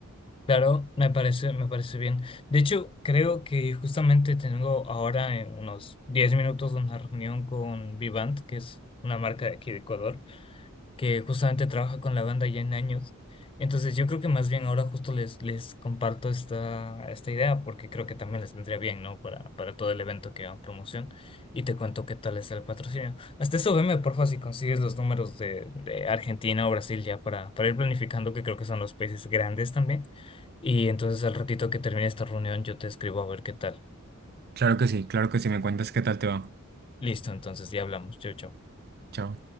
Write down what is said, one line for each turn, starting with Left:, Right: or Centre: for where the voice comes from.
Left: Claro, me parece, me parece bien. De hecho, creo que justamente tengo ahora en unos 10 minutos una reunión con Vivant, que es una marca de aquí de Ecuador que justamente trabaja con la banda ya en años. Entonces yo creo que más bien ahora justo les, les comparto esta, esta idea porque creo que también les vendría bien, ¿no? Para, para todo el evento que va a promoción y te cuento qué tal es el patrocinio. Hasta eso veme, porfa, si consigues los números de, de Argentina o Brasil ya para, para ir planificando que creo que son los países grandes también. Y entonces al ratito que termine esta reunión yo te escribo a ver qué tal.
Right: Claro que sí, claro que sí, me cuentas qué tal te va.
Left: Listo, entonces ya hablamos. Chau, chau.
Right: Chao.